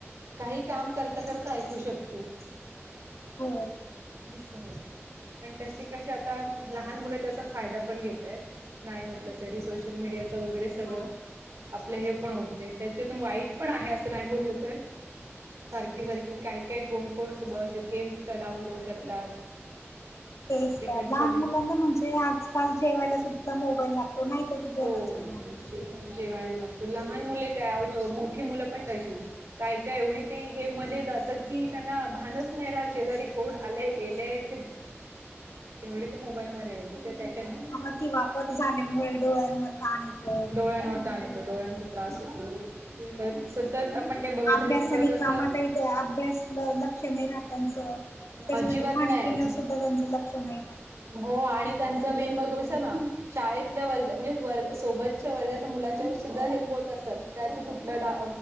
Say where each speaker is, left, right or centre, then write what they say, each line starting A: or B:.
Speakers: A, on the right; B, on the left.
A: काही काम करता करता ऐकू शकतो
B: हो
A: दिस ''--'' सज पण त्याचे कशी आता लहान मुलं त्याचा फायदा पण घेत आहेत नाही म्हटलं. तरी सोशल मीडियाचं वगैरे
B: हा.
A: सगळं. आपलं हे पण होतते त्याच्यातून वाईट पण आहे असं नाही बोललं तर. सारखी सारखी काय काय कोण कोण बघ गेम्स डाउनलोड करतात.
B: तेच
A: ते
B: तर
A: कधी
B: लहान
A: कधी
B: मुलांना म्हणजे आजकाल जेवायला सुद्धा मोबाईल लागतो. नाही तर ते जेवत
A: हो
B: सुद्धा नाही.
A: जेवायला लागत लहान मुले काय आत मोठी मुलं पण तशीच. काय काय एवढी ते गेम मध्ये जातात की त्यांना भानच नाही राहा शेजारी कोण. आलेय गेलेय.
B: <inaudible>
A: तेवढे ते मोबाईल मध्येेत तर त्याच्यानी.
B: अति वापर झाल्यामुळे. डोळ्यांवर ताण येतो.
A: डोळ्यांवर तान येत डोळ्यांचा त्रास होतो. पर सतत आपण ते बघत
B: अभ्यास
A: रा की परत
B: आणि
A: असं.
B: कामातही ते अभ्यास लक्ष नाही राहत त्यांचं. त्याच्यानंतर
A: अजिबात
B: खाण्यापिण्यावर
A: नाही
B: सुद्धा त्यांचं लक्ष नाही राहत.
A: हो आणि त्यांच
B: आणि
A: मेन ब ''--'' तर शाळेतल्या वर्ग. म्हणजे वर्ग सोबतच्या वर्ग तर मुलाच्यावर सुद्धा हेच बोलत असतात काय तू कुठला डा